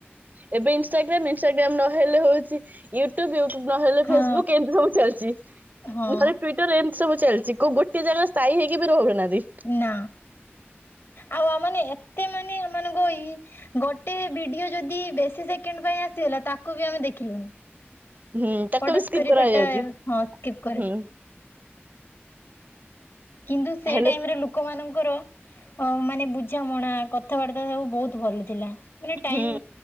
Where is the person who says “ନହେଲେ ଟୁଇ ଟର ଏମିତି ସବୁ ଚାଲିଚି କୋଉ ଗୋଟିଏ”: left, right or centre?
Right